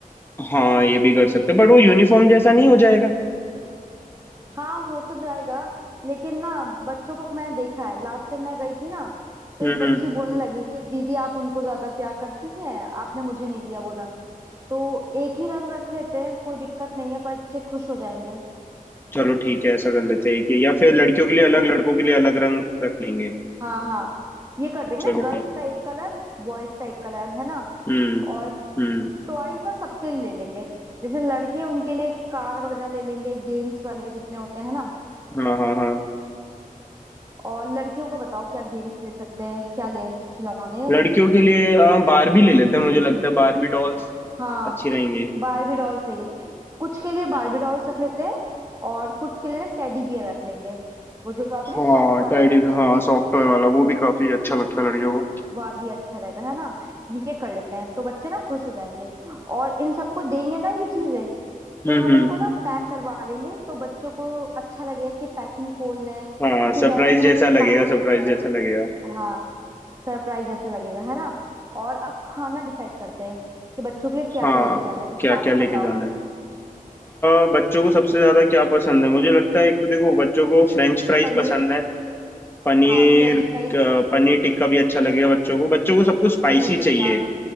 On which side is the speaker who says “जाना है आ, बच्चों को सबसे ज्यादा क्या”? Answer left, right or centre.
Left